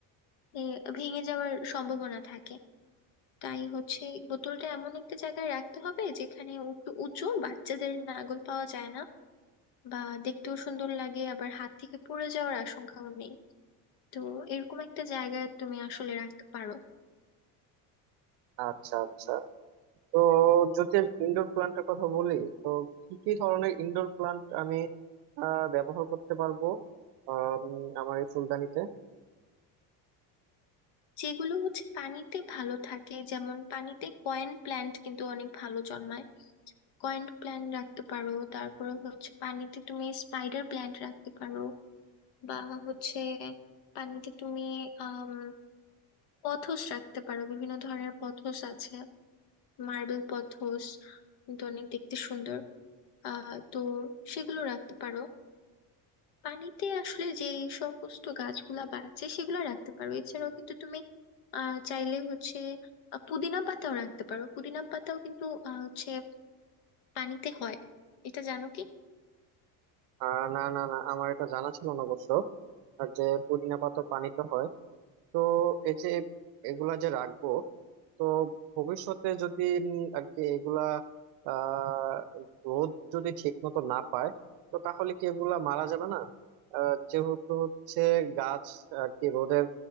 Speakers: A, on the left (about 60°); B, on the right (about 60°).
A: এ, ভেঙে যাওয়ার সম্ভাবনা থাকে তাই হচ্ছে এই বোতলটা এমন একটা জায়গায় রাখতে হবে যেখানে একটু উঁচু বাচ্চাদের নাগাল পাওয়া যায় না বা দেখতেও সুন্দর লাগে আবার হাত থেকে পড়ে যাওয়ার আশঙ্কাও নেই তো এরকম একটা জায়গায় তুমি আসলে রাখতে পারো
B: আচ্ছা আচ্ছা তো যদি আমি ইনডোর প্লান্টের কথা বলি তো কি কি ধরনের ইনডোর প্লান্ট আমি আহ, ব্যবহার করতে পারবো আম, আমার এই ফুলদানিতে
A: যেগুলো হচ্ছে পানিতে ভালো থাকে যেমন পানিতে কয়েন প্ল্যান্ট কিন্তু অনেক ভালো জন্মায় কয়েন প্ল্যান্ট রাখতে পারো তারপরে হচ্ছে পানিতে তুমি স্পাইডার প্ল্যান্ট রাখতে পারো বা হচ্ছে পানিতে তুমি আহ পথস রাখতে পারো বিভিন্ন ধরনের পথস আছে মার্বেল পথস কিন্তু অনেক দেখতে সুন্দর আহ তো সেগুলো রাখতে পারো পানিতে আসলে যে সমস্ত গাছগুলা বাঁচে সেগুলো রাখতে পারো এছাড়াও কিন্তু তুমি আহ চাইলে হচ্ছে আহ, পুদিনা পাতাও রাখতে পারো পুদিনা পাতাও কিন্তু আহ, হচ্ছে পানিতে হয় এটা জানো কি
B: আহ না না না আমার এটা জানা ছিল না অবশ্য আর যে পুদিনা পাতা পানিতে হয় তো এই যে এগুলা যে রাখবো তো ভবিষ্যতে যদি উম, আর কি এগুলা আহ রোদ যদি ঠিক মতো না পায় তো তাহলে কি এগুলা মারা যাবে না আহ, যেহেতু হচ্ছে গাছ আর কি রোদের